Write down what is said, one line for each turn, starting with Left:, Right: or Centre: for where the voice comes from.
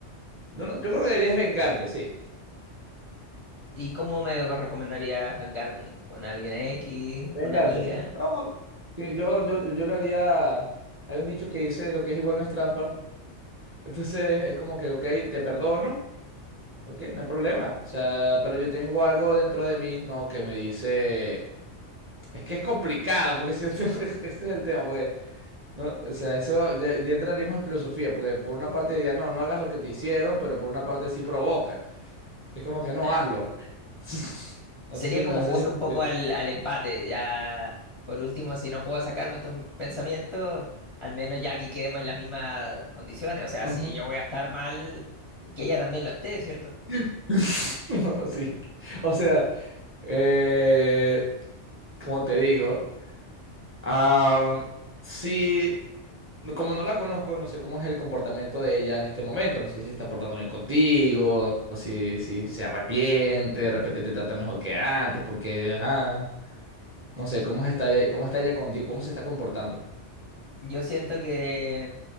Right: no, no, yo creo que deberías vengarte, sí.
Left: ¿Y cómo me recomendarías vengarme? ¿Con alguien X?
Right: Vengarte.
Left: ¿Una amiga?
Right: No, sí, yo, yo, yo lo haría. Hay un dicho que dice lo que es igual no es trampa. Entonces es como que, ok, te perdono, ok, no hay problema. O sea, pero yo tengo algo dentro de mí, ¿no? Que me dice. Es que es complicado, porque si este, <laughs> este es el tema, porque, no, o sea, eso ya, ya entraríamos en filosofía, porque por una parte diría, no, no hagas lo que te hicieron, pero por una parte sí provoca. Es como que no
Left: Te-
Right: hazlo. <laughs> No
Left: Sería
Right: sé si
Left: como
Right: me, no
Left: jugar
Right: sé si.
Left: un poco
Right: me entiendes.
Left: al, al empate. Ya, por último, si no puedo sacarme estos pensamientos, al menos ya que quedemos en las mismas condiciones. O sea,
Right: Ujú.
Left: si yo voy a estar mal, que ella también lo esté, ¿cierto?
Right: <laughs> No, sí. O sea. Eh, como te digo, am, sí, no, como no la conozco, no sé cómo es el comportamiento de ella en este momento. No sé si se está portando bien contigo, o si, si se arrepiente, de repente te trata mejor que antes, porque, ajá, no sé cómo está, cómo está ella contigo, cómo se está comportando.
Left: Yo siento que